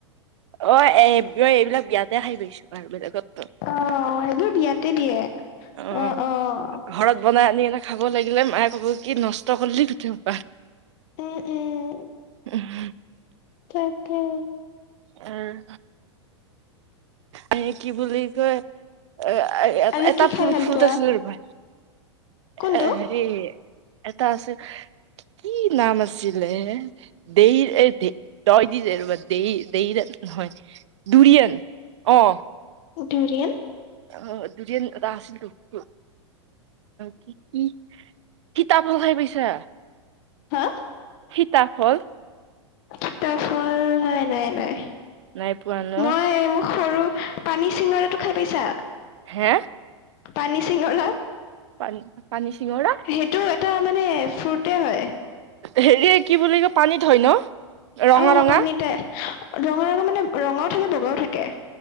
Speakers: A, on the right; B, on the left.
A: অ এই এইবিলাক বিয়াতে খাই পাইছো আৰু বলেগত।
B: অঁ এইবোৰ বিয়াতে দিয়ে
A: অ
B: অঁ অঁ।
A: ঘৰত বনাই আনি এনে খাব লাগিলে মায়ে ক'ব কি নষ্ট কৰিলি গুতেইহুপা।
B: উম উম।
A: উম
B: তাকে।
A: উম এ কি বুলি কয় এ
B: আৰু
A: এটা
B: কি খাই ভাল
A: ফ্রুইত
B: পোৱা
A: আছিলে ৰবা
B: কোনটো
A: এ এ এটা আছে কি নাম আছিলে দে এই দয় দি ৰবা দে নহয় দুৰিয়ান অঁ।
B: দুৰিয়ান?
A: অ দুৰিয়ান এটা আছিল তো কি কি সিতাফল খাই পাইছা?
B: হা?
A: সীতাফল
B: সিতা ফল, নাই নাই নাই।
A: নাই পোৱা ন
B: মই মোক সৰু পানী চিঙৰাটো খাই পাইছা?
A: হে?
B: পানী চিঙৰা।
A: পানী পানী চিঙৰা?
B: সেইটো এটা মানে ফ্ৰুইটছে হয়।
A: হেৰি কি বুলি কয় পানীত হয় ন? ৰঙা
B: অঁ
A: ৰঙা
B: পানীতে ৰঙা ৰঙা মানে ৰঙাও থাকে, বগাও থাকে।